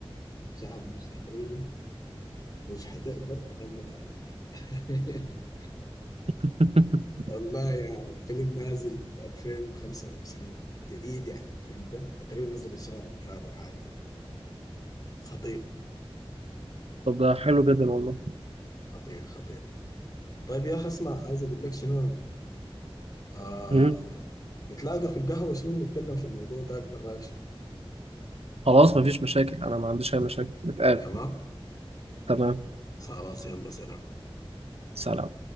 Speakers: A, on the left; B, on the right.
A: ساعه ونص تقريبا مش حتقدر تغمض عليك <laughs>
B: <laughs>
A: والله يا الفيلم نازل 2025 جديد يعني فهمت تقريبا نزل الشهر اللي فات او حاجه كده خطير
B: طب ده حلو جدا والله
A: خطير خطير طيب يا اخي اسمع عايز اقول لك شنو آه...
B: امم
A: نتلاقى في القهوه شنو نتكلم في الموضوع ده اكتر اكشن
B: خلاص مفيش مشاكل انا ما عنديش اي مشاكل نتقابل
A: تمام
B: تمام
A: خلاص يلا سلام
B: سلام